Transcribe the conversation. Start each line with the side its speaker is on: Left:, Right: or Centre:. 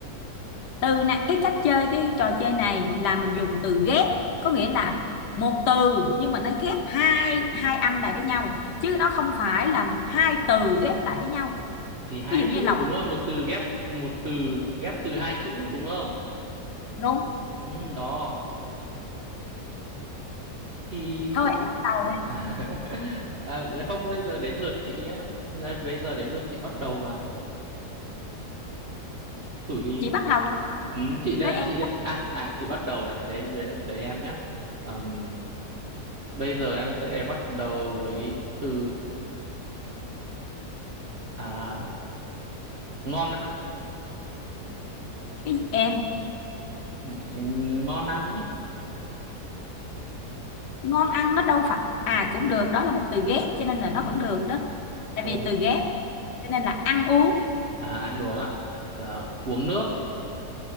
Left: từ nè, cái cách chơi cái trò chơi này là mình dùng từ ghép, có nghĩa là một từ nhưng mà nó ghép hai hai âm lại với nhau chứ nó không phải là hai từ ghép lại với nhau.
Right: thì hai
Left: Ví dụ như
Right: chữ
Left: lọc
Right: đúng rồi một từ ghép một từ ghép từ hai chữ đúng không
Left: đúng.
Right: ừ, đó thì
Left: Thôi
Right: đúng
Left: em bắt đầu đi.
Right: <laughs> à, không bây giờ đến lượt chị á Đây, bây giờ đến lượt chị bắt đầu mà thử đi
Left: Chị bắt đầu
Right: ừ, chị đây
Left: tới em
Right: chị đây à à chị bắt đầu này đấy đấy là tới em nhé Ừm, bây giờ em sẽ bắt đầu với từ à ngon ăn
Left: cái gì em
Right: Thì ngon ăn ấy
Left: ngon ăn nó đâu phải à cũng được, đó là một từ ghép cho nên là
Right: ừ,
Left: nó vẫn được đó. Tại
Right: rồi
Left: vì từ ghép cho nên là ăn uống
Right: À, ăn uống à? Ờ, uống nước